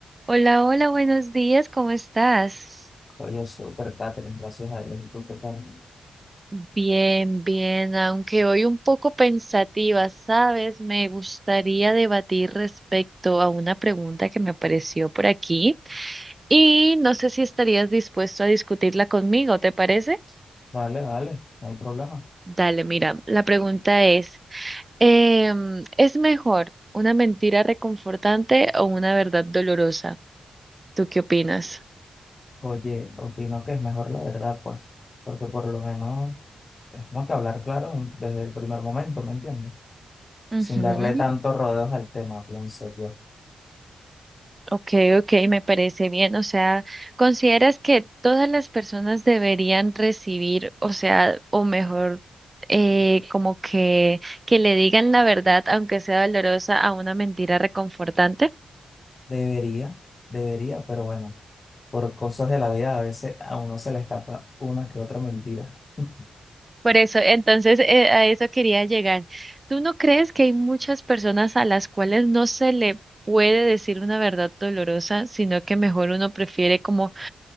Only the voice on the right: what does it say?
Hola, hola, buenos días, ¿cómo estás?
Bien, bien, aunque hoy un poco pensativa, ¿sabes? Me gustaría debatir respecto a una pregunta que me apareció por aquí y no sé si estarías dispuesto a discutirla conmigo, ¿te parece?
Dale, mira, la pregunta es, em, ¿es mejor una mentira reconfortante o una verdad dolorosa? ¿Tú qué opinas?
Ujú.
Ok, ok, me parece bien. O sea, ¿consideras que todas las personas deberían recibir, o sea, o mejor, eh, como que, que le digan la verdad, aunque sea dolorosa, a una mentira reconfortante?
Por eso, entonces, eh, a eso quería llegar. ¿Tú no crees que hay muchas personas a las cuales no se le puede decir una verdad dolorosa, sino que mejor uno prefiere como